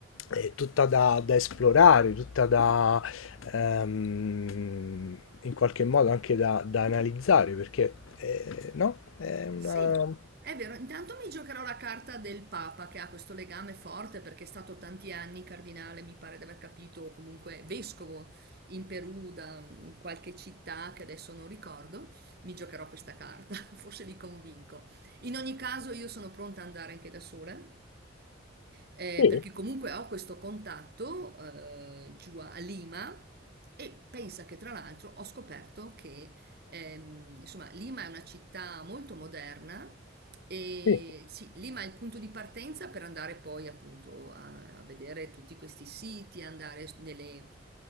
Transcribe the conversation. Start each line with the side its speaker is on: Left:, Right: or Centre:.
Left: eh, tutta da, da esplorare, tutta da ehm, in qualche modo anche da, da analizzare, perché eh, no? È una...
Right: Sì, è vero, intanto mi giocherò la carta del Papa che ha questo legame forte perché è stato tanti anni cardinale, mi pare di aver capito, o comunque vescovo in Perù da in qualche città che adesso non ricordo. Mi giocherò questa carta, <laughs> forse li convinco. In ogni caso io sono pronta ad andare anche da sola. eh,
Left: Sì,
Right: perché comunque ho questo contatto eh, giù a Lima e pensa che tra l'altro ho scoperto che ehm, insomma Lima è una città molto moderna e
Left: sì.
Right: sì, Lima è il punto di partenza per andare poi appunto a, a vedere tutti questi siti, andare nelle-